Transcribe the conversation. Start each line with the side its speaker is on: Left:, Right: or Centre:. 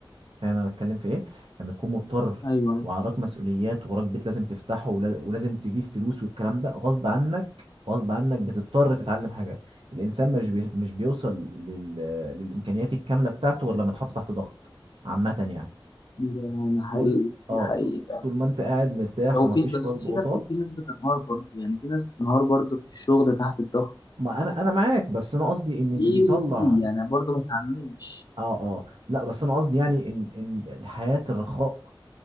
Right: فاهم انا بتكلم في ايه لما تكون مضطر
Left: ايوه
Right: وعراك مسؤوليات وراك بيت لازم تفتحه ولا- ولازم تجيب فلوس والكلام ده غصب عنك غصب عنك بتضطر تتعلم حاجه الانسان مش بي... مش بيوصل لل... للامكانيات الكامله بتاعته غير لما اتحط تحت ضغط عامه يعني
Left: ده ده حقيقي
Right: طول اه
Left: ده حقيقي
Right: طول
Left: فعلا
Right: طول ما انت قاعد مرتاح
Left: لو
Right: ومفيش
Left: في بس
Right: فوقك ضغوطات
Left: في ناس في ناس بتنهار برضه يعني في ناس بتنهار برضو في الشغل تحت الضغط
Right: ما انا انا معاك بس انا قصدي ان اللي
Left: في
Right: بيطلع
Left: وفي يعني برضه ما تعممش
Right: اه اه لا بس انا قصدي يعني ان ان حياة الرخاء